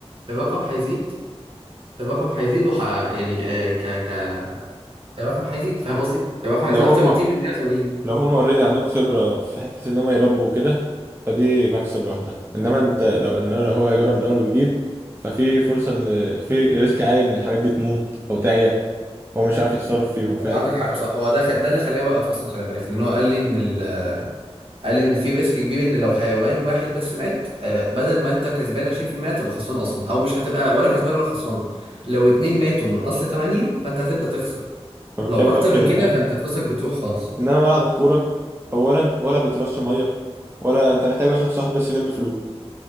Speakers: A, on the right (about 60°); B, on the right (about 25°).
A: الرقم هيزيد الرقم هيزيد وح يعني آه، ك ك الرقم هيزيد فاهم قصدي؟ الرقم هيزيد
B: لو هم
A: اكتر بكتير من 180
B: لو هم اوريدي عندهم خبرة في حتة ان هم يربوا وكده فدي مكسب لوحدها انما انت لو ان لو هو هيجرب من اول وجديد ففي فرصة ان في ريسك عالي ان الحاجات دي تموت او تعيا هو مش عارف يتصرف فيهم فاهم
A: هو عندك حق بصح هو ده خ... ده اللي خلاه يوقف اصلا خلي بالك لان هو قال لي ان ال... قال لي ان في ريسك كبير ان لو حيوان واحد بس مات آه، بدل ما انت كسبان 20% هتبقى خسران اصلا او مش هتبقى ولا كسبان ولا خسران لو اتنين ماتوا من اصل 8 فانت هتبدأ تخسر
B: فبتكلم
A: لو اكتر
B: بقى في كده
A: من كده
B: فاهم
A: فانت فلوسك بتروح خالص
B: انما ملعب الكورة اولا ولا بيترش مية ولا انت محتاج بقى شخص واحد بس يلم فلوس